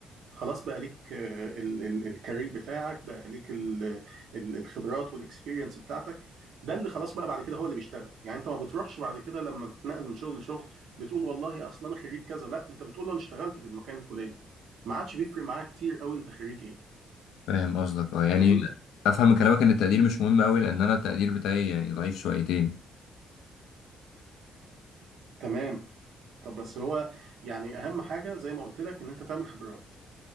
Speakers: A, on the right; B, on the left.
A: خلاص بقى ليك آه، ال- ال- الكارير بتاعك بقى ليك ال- ال- الخبرات والاكسبيرينس بتاعتك ده اللي خلاص بقى بعد كده هو اللي بيشتغل يعني انت ما بتروحش بعد كده لما بتنقل من شغل لشغل بتقول والله اصل انا خريج كذا لا انت بتقول انا اشتغلت في المكان الفلاني ما عادش بيفرق معاه كتير قوي انت خريج ايه
B: فاهم قصدك اه يعني
A: فاهمني
B: افهم من كلامك ان التقدير مش مهم قوي لان انا التقدير بتاعي يعني ضعيف شويتين
A: تمام طب بس هو يعني اهم حاجه زي ما قلت لك ان انت تعمل خبرات